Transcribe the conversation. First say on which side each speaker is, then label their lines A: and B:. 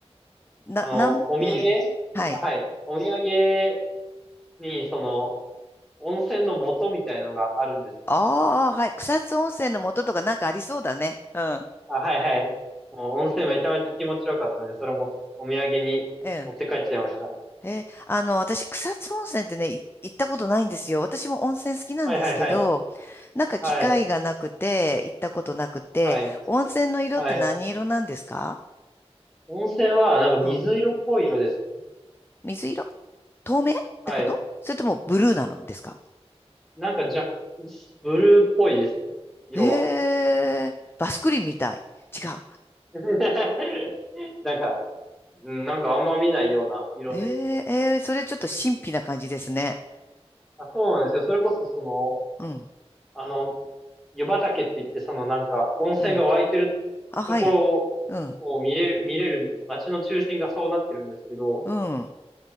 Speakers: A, on the left (about 20°); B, in the centre.
A: ー、な、
B: あの、
A: なん、
B: お土産、
A: うん。はい。
B: あはい、お土産にその、温泉の素みたいのがあるんですよ。
A: ああ、はい。草津温泉の元とかなんかありそうだね。うん。
B: あ、はいはい。もう温泉めちゃめちゃ気持ちよかったんで、それもお土産に持って帰っちゃいました。
A: うん。えーあの、私、草津温泉ってね、い行ったことないんですよ。私も温泉好きなんですけど、
B: はいはいはい。
A: なんか機会がなくて、
B: はい。
A: 行ったことなくて、
B: はい。
A: 温泉の色って何色なんですか
B: はい。温泉はなんか水色っぽい色ですね。
A: うん。水色透明ってことそれともブルーなのですか
B: はい。なんか若、ブルーっぽいですね。色は。
A: へえ、バスクリンみたい。違う。
B: <laughs> なんか、うんなんかあんま見ないような色で。
A: ええ、えーそれちょっと神秘な感じですね。
B: あ、そうなんですよ。それこそその、
A: うん、
B: あの、湯畑って言って、そのなんか温泉が湧いてる
A: うん。あ、はい。
B: ところ
A: うん、
B: を見れる、見れる街の中心がそうなってるんですけど、
A: うん、